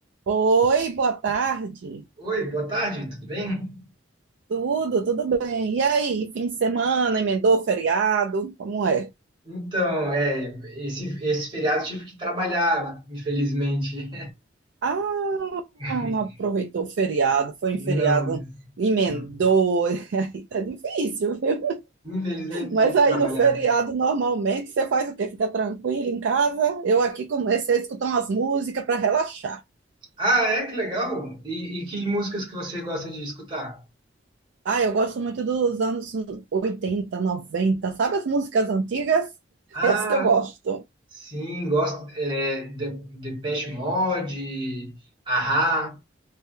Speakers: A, on the right; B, on the right.
A: Oi, boa tarde.
B: Oi, boa tarde, tudo bem?
A: Tudo, tudo bem. E aí, fim de semana, emendou o feriado? Como é?
B: Então, é, esse, esse feriado tive que trabalhar, infelizmente.
A: Ah,
B: <laughs>
A: não aproveitou o feriado, foi
B: Não,
A: em feriado, emendou.
B: não.
A: <laughs> Aí tá difícil, viu?
B: infelizmente
A: Mas
B: tive
A: aí
B: que trabalhar.
A: no feriado, normalmente, você faz o quê? Fica tranquilo em casa? Eu aqui comecei a escutar umas músicas para relaxar.
B: Ah, é, que legal. E, e que músicas que você gosta de escutar?
A: Ah, eu gosto muito dos anos 80, 90. sabe as músicas antigas? <laughs>
B: Ah,
A: Essas que eu gosto.
B: sim, gosto. É, The, Depeche Mode, Ahá,